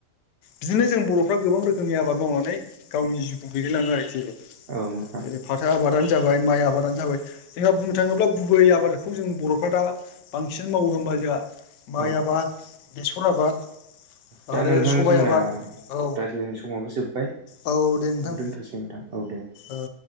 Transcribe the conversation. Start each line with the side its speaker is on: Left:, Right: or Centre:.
Left: बिदिनो जों बरफ्रा गोबां रोखोमनि आबाद मावनानै गावनि जिउखौ दैदेनलाङो आरोखि
Right: औ नोंथां
Left: जेरै फाथो आबादानो जाबाय माइ आबादानो जाबाय जोंहा बुंनो थाङोब्ला गुबै आबादखौ जों बरफ्रा दा बांसिन मावो होबा जोंहा माइ
Right: औ
Left: आबाद, बेसर आबाद,
Right: दा
Left: आरो
Right: नोंथां
Left: सबाइ
Right: जोंना
Left: आबाद औ
Right: रायज्लायनाय समावबो जोब्बाय। बेयावनो
Left: औ दे नोंथां
Right: दोनथसै नोंथां औ दे
Left: ओ